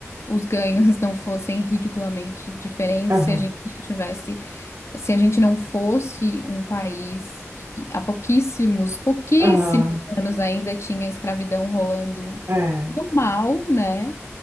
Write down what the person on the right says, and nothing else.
Aham,
aham,
é,